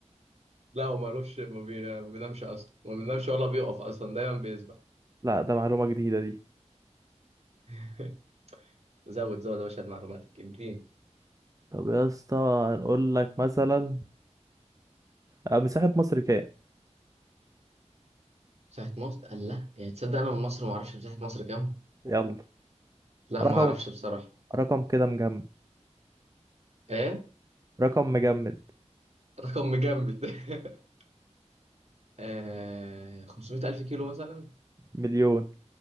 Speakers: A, on the right; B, on the right.
A: لا هو مالوش ما, بي... ما بينامش اصلا ما بينامش ولا بيقف اصلا دايما بيسبح
B: لا ده معلومة جديدة دي
A: <laughs> زود زود يا باشا معلوماتك اديني
B: طب يا اسطى هنقول لك مثلا آه، مساحة مصر كام
A: مساحة مصر قال لا يعني تصدق انا من مصر ما اعرفش مساحة مصر كام
B: يلا
A: لا
B: رقم
A: ما اعرفش بصراحة
B: رقم كده مجمد
A: ايه
B: رقم مجمد
A: رقم مجمد <laughs> آه... 500 الف كيلو مثلا
B: مليون